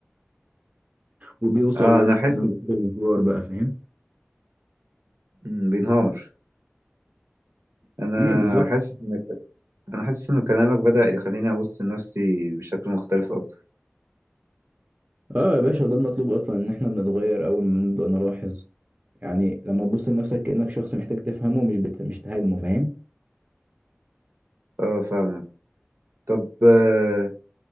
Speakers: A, on the right; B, on the right.
A: وبيوصل
B: اه
A: لنق-
B: انا حاسس
A: لنقطة الانفجار بقى فاهم
B: مم، بينهار انا
A: امم بالظبط
B: حاسس ان انا حاسس ان كلامك بدأ يخليني ابص لنفسي بشكل مختلف اكتر
A: اه يا باشا ده المطلوب اصلا ان احنا بنتغير اول ما نبدأ نلاحظ يعني لما تبص لنفسك كأنك شخص محتاج تفهمه مش بت... مش تهاجمه فاهم
B: اه فاهم طب آه،